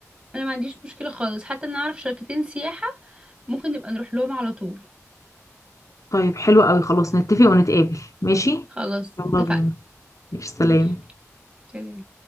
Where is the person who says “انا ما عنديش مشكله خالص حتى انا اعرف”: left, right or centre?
Right